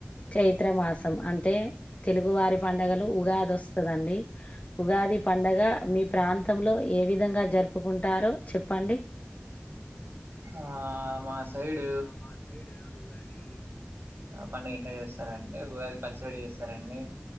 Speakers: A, on the left; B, on the right.
A: చైత్ర మాసం అంటే తెలుగు వారి పడుగలు ఉగాదోస్తదండి ఉగాది పండగ మీ ప్రాంతంలో ఏ విధంగా జరుపుకుంటారో చెప్పండి
B: ఆ మా సైడ్
A: మా సైడ్ ఉగాది
B: ఆ పండుగ ఎట్ల చేస్తారంటే ఉగాది పచ్చడి చేస్తరండి